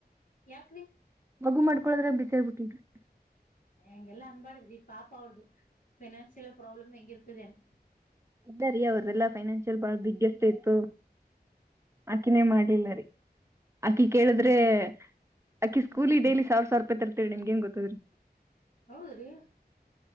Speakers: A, on the left; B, on the right.
A: ಯಾಕ್ರಿ.
B: ಮಗು ಮಾಡ್ಕೊಳದ್ರ ಬ್ಯುಸಿ ಆಗಿಬಿಟ್ಟಿದೀರಿ.
A: ಹೆಂಗೆಲ್ಲ ಅನ್ಬಾಡಿದ್ರಿ ಪಾಪ ಅವ್ರ್ದು ಫಿನನ್ಸಿಯಲ್ ಪ್ರಾಬ್ಲಮ್ ಹೆಂಗಿರ್ತದೇಏನು.
B: ಇದ್ದಾರಿೀ ಅವ್ರಲ್ಲಾ ಫೈನಾನ್ಷಿಯಲ್ ಬಾಳ ಬಿಗ್ಗೆಸ್ಟ್ ಇರ್ತಿತ್ತು. ಅಕ್ಕೇ ಮಾಡ್ಲಿಲ್ಲ ರೀ ಅಕ್ಕಿ ಕೇಳಿದ್ರೆ
A: ಹ್ಮ್
B: ಅಕ್ಕಿ ಸ್ಕೂಲಿ
A: ಹ್ಮ್
B: ಡೈಲಿ ಸಾವಿರ ಸಾವಿರ ರೂಪಾಯಿ ತ. ನಿಮಗೆ ಗ ಗೊತ್ತದ್ರಿ.
A: ಹೌದ್ರಿ